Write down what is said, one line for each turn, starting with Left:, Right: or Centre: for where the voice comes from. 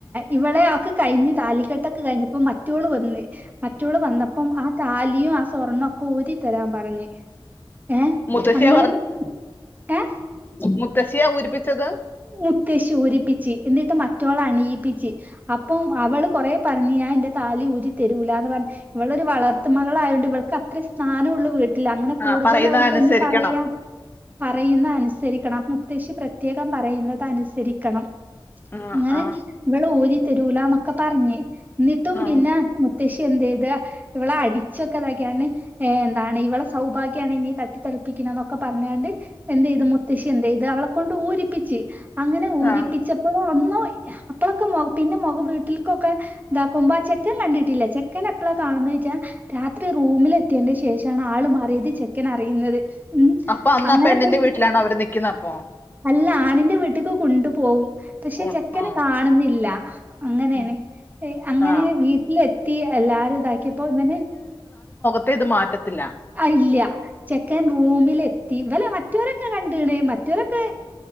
Right: ഇവളെ ഒക്കെ കഴിഞ്ഞ് താലിക്കെട്ടൊക്കെ കഴിഞ്ഞപ്പോ മറ്റോള് വന്ന് മറ്റോള് വന്നപ്പം ആ താലിയും ആ സ്വർണ്ണം ഒക്കെ ഊരിത്തരാൻ പറഞ്ഞ് ഏഹ്
Left: മുത്തശ്ശിയാ
Right: അങ്ങനെ പി ഏഹ്
Left: മുത്തശ്ശിയ ഊരിപ്പിച്ചത്
Right: മുത്തശ്ശി ഊരിപ്പിച്ച് എന്നിട്ട് മറ്റോളണിയിപ്പിച്ച് അപ്പം അവള് കൊറെ പറഞ്ഞു ഞാൻ എന്റെ താലി ഊരി തെരൂലാന്ന് പറഞ്ഞ് ഇവളൊരു വളർത്ത് മകൾ ആയതോണ്ട് ഇവൾക്ക് അത്രെ സ്‌ഥാനം ഉള്ളു വീ ട്ടിൽ അങ്ങനെ
Left: ആ
Right: കൂടുതൽ
Left: പറയുന്നത്
Right: അവൾക്ക്‌
Left: അനുസരിക്കണം
Right: ഒന്നും പറയാം പറയുന്ന അനുസരിക്കണം മുത്തശി പ്രത്യേകം പറയുന്നത് അനുസരിക്കണം
Left: ആ
Right: അങ്ങനെ
Left: ആ
Right: ഇവൾ ഊരി തരൂലന്നൊക്കെ പറഞ്ഞ് എന്നിട്ടും
Left: ആ
Right: പിന്നെ മു മുത്തശ്ശി എന്തെയ്തു ഇവളെ അടിച്ചൊക്കെതാക്കിയാണ് ഏ എന്താണ് ഇവള സൗഭാഗ്യമാണ് നീ തട്ടിത്തെറുപ്പിക്കണ എന്നൊക്കെ പറഞ്ഞാണ്ട് എന്ത് ചെയ് ത് മുത്തശ്ശി എന്ത ചെയ്ത് അവളെ കൊണ്ട് ഊരിപ്പിച്ച് അങ്ങനെ ഊരിപ്പിച്ചപ്പോൾ
Left: ആ.
Right: ഒന്നും അപ്പഴൊക്കെ മുഖ പിന്നെ മുഖ വീട്ടിൽക്കൊക്കെ ഇതാക്കുമ്പോ ആ ചെക്കൻ കണ്ടിട്ടില്ല ചെക്കൻ എപ്പളാകാണന്ന് വെച്ചാ രാത്രി റൂമിൽ എത്തിയേണ്ട ശേഷമാണ് ആള് മറിയത് ചെക്കൻ അറിയുന്നത് ഉം
Left: അപ്പൊ അന്ന്
Right: അങ്ങനെപ്പോ
Left: ആ പെണ്ണിന്റെ വീട്ടിലാണോ അവര് നിക്കുന്നത് അപ്പൊ
Right: അല്ല ആണിന്റെ വീട്ട്ക്ക് കൊണ്ടു പോവും പക്ഷെ
Left: ഓ,
Right: ചെക്കന്
Left: ആ
Right: കാണുന്നില്ല അങ്ങനെയാണ്
Left: ഉം,
Right: അങ്ങനെ
Left: ആ
Right: വീട്ടിലെത്തി എല്ലാരും ഇതാക്കിയപ്പോ ഇവന്
Left: റ്റേ ഇത് മാറ്റത്തില്ല
Right: ഇല്ല ചെക്കൻ റൂമിൽ എത്തി ഇവല് മറ്റവലൊക്കെ കണ്ടണ് മറ്റവലൊക്കെ